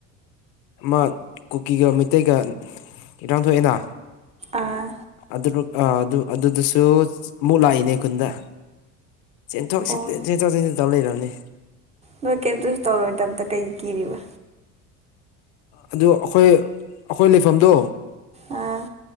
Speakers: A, on the left; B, on the right.
A: ꯑꯃ ꯀꯨꯀꯤꯒ ꯃꯩꯇꯩꯒ ꯏꯔꯥꯡꯊꯣꯏꯗꯅ
B: ꯑꯥ
A: ꯑꯗꯨ ꯑꯗꯨ ꯑꯗꯨꯗꯨꯁꯨ ꯑꯃꯨꯛ ꯂꯥꯛꯏꯅꯦ ꯈꯨꯟꯗ ꯆꯦꯟꯊꯣꯛ ꯆ
B: ꯑꯣ
A: ꯆꯦꯟꯊꯣꯛ ꯆꯦꯟꯁꯤ ꯇꯧ ꯂꯩꯔꯕꯅꯤ
B: ꯅꯣꯏ ꯀꯩꯝꯇꯁꯨ ꯇꯧꯔꯣꯏꯗꯕꯗ ꯀꯩ ꯀꯤꯔꯤꯕ
A: ꯑꯗꯨ ꯑꯩꯈꯣꯏ ꯑꯩꯈꯣꯏ ꯂꯩꯐꯝꯗꯣ
B: ꯑꯥ